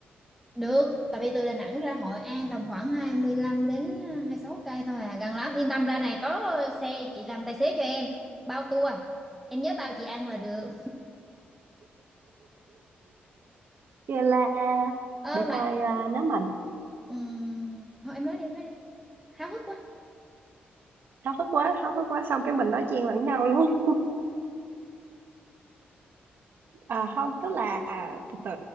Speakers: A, in the centre; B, on the right.
A: được tại vì từ Đà Nẵng ra Hội An tầm khoảng 25 đến ờ, 26 cây thôi à gần lắm yên tâm ra này có ờ, xe chị làm tài xế cho em bao tour em nhớ bao chị ăn là được
B: Vậy là
A: ơ
B: để
A: mà
B: coi ờ, nếu mà
A: ừm, thôi em nói đi em nói đi háo hức quá
B: háo hức quá, háo hức quá xong cái mình nói chen lẫn nhau luôn. À, không tức là từ từ